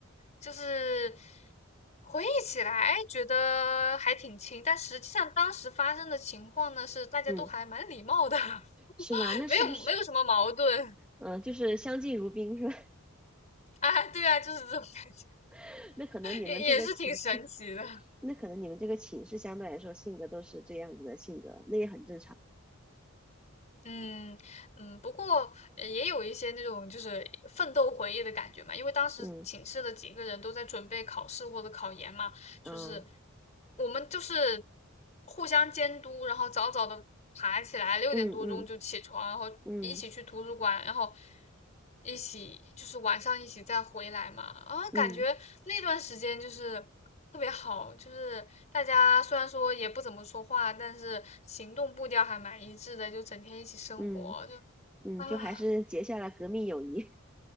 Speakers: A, on the left; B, in the centre.
A: 就是回忆起来觉得还挺亲，但实际上当时发生的情况呢，是大家都还蛮礼貌的。
B: 嗯，
A: <laughs>
B: 是吧？那是不是，
A: 没有没有什么矛盾
B: 嗯、就是相敬如宾是吧？
A: 啊，对啊，就是这种感觉，
B: <laughs> 那可能你们这个寝室，
A: 也也是挺神奇的。
B: 那可能你们这个寝室相对来说性格都是这样子的性格，那也很正常。
A: 嗯嗯，不过呃也有一些那种就是奋斗回忆的感觉嘛，因为当时寝室的几个人都在准备考试或者考研嘛，
B: 嗯
A: 就是
B: 啊，
A: 我们就是互相监督，然后早早的爬起来，六点多钟就起床，
B: 嗯嗯
A: 然后一起去图书馆，
B: 嗯
A: 然后一起就是晚上一起再回来嘛。啊，
B: 嗯嗯嗯嗯。
A: 感觉那段时间就是特别好，
B: 嗯
A: 就是大家虽然说也不怎么说话，但是行动步调还蛮一致的，就整天一起生活，
B: 嗯
A: 就
B: 嗯，
A: 啊。
B: 就还是结下了革命友谊。